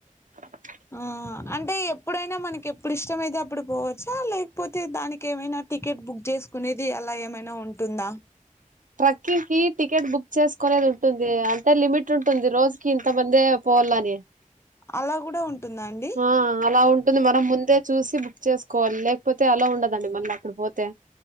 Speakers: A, on the right; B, on the left.
A: ఆ
B: ఆ అంటే ఎప్పుడైనా మనకి ఎప్పుడు ఇష్టం అతే అప్పుడు పోవచ్చా లేకపోతే దానికి ఏమైనా టికెట్ బుక్ చేసుకునేది అలా ఏమైనా ఉంటుందా
A: ట్రెక్కింగ్ కి టికెట్ బుక్ చేసుకునేది ఉంటుంది అంటే లిమిట్ ఉంటుంది రోజు ఇంత మంది పోవాలని
B: అలా కూడా ఉంటుందా అండి
A: ఆ అలా ఉంటుంది మనం ముందే చూసి బుక్ చేసుకోవాలి లేకపోతే అలా ఉండదండి మళ్ళీ అక్కడ పోతే